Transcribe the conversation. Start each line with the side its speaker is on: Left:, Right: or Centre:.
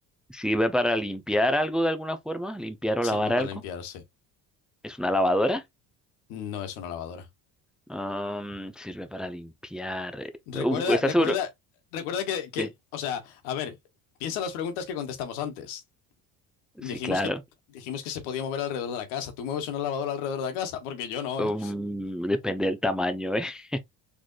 Centre: ¿Sirve para limpiar algo de alguna forma? ¿Limpiar o lavar
Left: Sirve para
Centre: algo?
Left: limpiarse,
Centre: ¿Es una lavadora?
Left: no es una lavadora.
Centre: Um, sirve para limpiar. eh.
Left: Recuerda,
Centre: Uf, ¿estás
Left: recuerda,
Centre: seguro?
Left: recuerda que, que,
Centre: Sí,
Left: o sea, a ver, piensa en las preguntas que contestamos antes. Dijimos
Centre: sí, claro.
Left: que, dijimos que se podía mover alrededor de la casa. ¿Tú mueves una lavadora alrededor de la casa? Porque yo no,
Centre: Um,
Left: ¿eh?
Centre: depende del tamaño, ¿eh? <laughs>